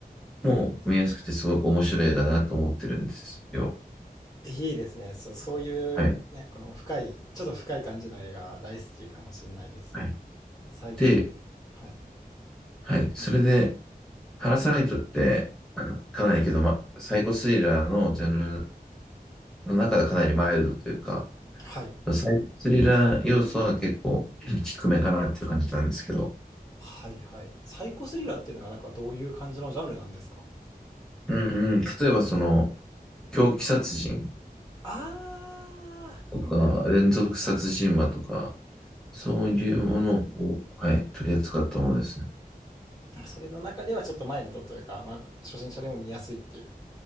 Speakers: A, in the centre; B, on the left.
A: も見やすくてすごく面白い映画だなと思ってるんですよ。
B: いいですね。そう、そういう、
A: はい。
B: ね、この深い、ちょっと深い感じの映画大好きかもしんないです。
A: はい。
B: サイコ。
A: で、
B: はい。
A: はい。それで、パラサイトって、かなりけど、ま、サイコスリラーのジャンルの中ではかなりマイルドというか、
B: はい。
A: サイコスリラー要素は結構 <clears throat> 低めかなっていう感じなんですけど、
B: はいはい。サイコスリラーっていうのがなんかどういう感じのジャンルなんですか
A: うんうん、例えばその、狂気殺人
B: ああ
A: とか、連続殺人魔とか、そういうものを、
B: ーはいは
A: はい、取り扱ったものですね。
B: い。それの中ではちょっとマイルドというか、まあ、初心者でも見やすいっていう。